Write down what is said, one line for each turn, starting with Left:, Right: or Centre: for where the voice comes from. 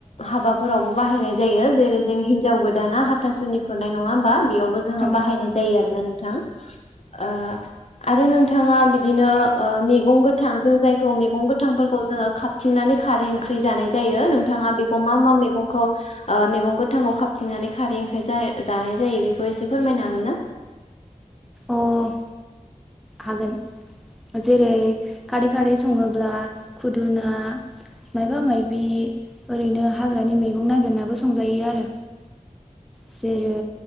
Left: हाबाफोरावबो बाहायनाय जायो जेरै जों हिनजाव गोदाना हाथासुनि खुरनाय नङा होमबा बेयाव बो जोङो
Centre: औ
Left: बाहायनाय जायो आरोना नोंथां? ओ आरो नोंथाङा बिदिनो ओ मैगं गोथां जों जायखौ मैगं गोथां गोथांफोरखौ जोङो खाबथिंनानै खारै ओंख्रि जानाय जायो नोंथाङा बेखौ मा मा मैगंखौ ओ मैगं गोथांखौ खाबथिंनानै खारै ओंख्रि जा-जानाय जायो बेखौ एसे फोरमायनो हागोन ना?
Centre: अह हागोन जेरै खारै खारि सङोब्ला खुदुना मायबा मायबि ओरैनो हाग्रानि मैगं नागिरनाबो संजायो आरो जेरै